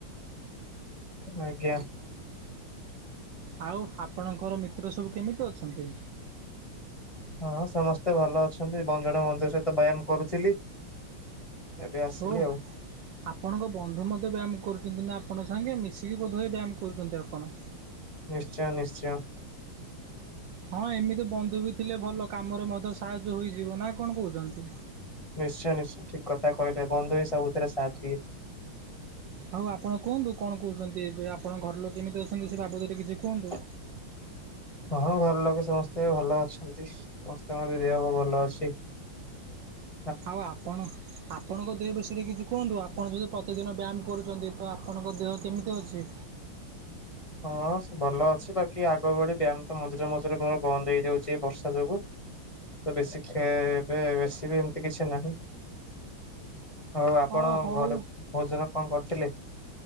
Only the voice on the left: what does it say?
ଆଜ୍ଞା।
ହଁ ସମସ୍ତେ ଭଲ ଅଛନ୍ତି ବଂ ଜଣେ ବନ୍ଧୁଙ୍କ ସହିତ ବ୍ୟାୟାମ କରୁଥିଲି। ଏବେ ଆସିଲି
ଆଉ।
ନିଶ୍ଚୟ ନିଶ୍ଚର।
ନିଶ୍ଚୟ ନିଶ୍ଚୟ ଠିକ୍ କଥା କହିଲେ ବନ୍ଧୁ ବି ସବୁଥିରେ ସାଥ ଦିଏ।
<inaudible> ହଁ ଘର ଲୋକେ ସମସ୍ତେ ବି ଭଲ ଅଛନ୍ତି ସମସ୍ତଙ୍କର ବି ଦେହ ହବ ଭଲ ଅଛି। <inaudible>
ହଁ ଭଲ ଅଛି ବାକି ଆଗ ଭଳି ବ୍ୟାୟାମ ତ ମଝିରେ ମଝିରେ ବନ୍ଦ ହେଇଯାଉଛି ଏଇ ବର୍ଷା ଯୋଗୁ। ତ ବେଶୀ ଖେ ଏବେ ବେଶୀ ବି ଏମିତି କିଛି ନାହିଁ। ହଉ ଆପଣ
ଘରେ ଭୋଜନ କଁ କରିଥିଲେ?